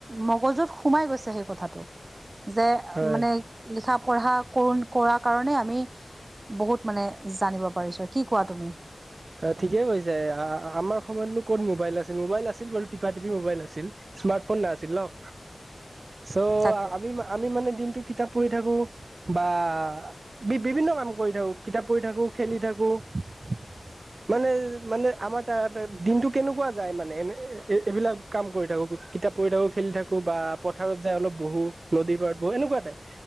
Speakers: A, on the right; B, on the right.
A: মগজুত সোমাই গৈছে সেই কথাটো। যে
B: হয়
A: মানে লিখা, পঢ়া ফোন কৰা কাৰণে আমি বহুত মানে জানিব পাৰিছোঁ, কি কোৱা তুমি?
B: অ' ঠিকেই কৈছে। আ- আমাৰ সময়তনো ক'ত মোবাইল আছিল? মোবাইল আছিল বাৰু, টিপা-টিপি মোবাইল আছিল। স্মাৰ্ট ফোন নাছিল ন'? ছো
A: তাকে
B: আমি- আমি মানে দিনটো কিতাপ পঢ়ি থাকোঁ বা বি- বিভিন্ন কাম কৰি থাকোঁ, কিতাপ পঢ়ি থাকোঁ, খেলি থাকোঁ। <inaudible> মানে- মানে আমাৰ তাত দিনটো কেনেকুৱা যায়, মানে এনে এ- এইবিলাক কাম কৰি থাকোঁ কিতাপ পঢ়ি থাকোঁ, খেলি থাকোঁ বা পথাৰত যাই অলপ বহো। নদীৰ পৰাত বহো, এনেকুৱা টাইপ।